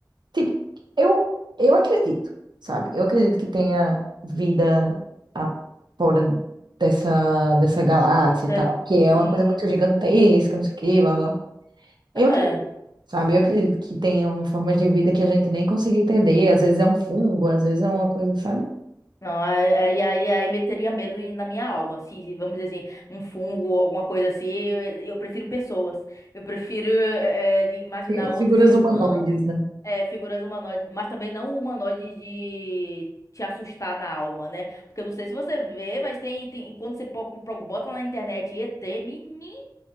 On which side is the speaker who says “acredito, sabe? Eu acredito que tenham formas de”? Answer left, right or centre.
Right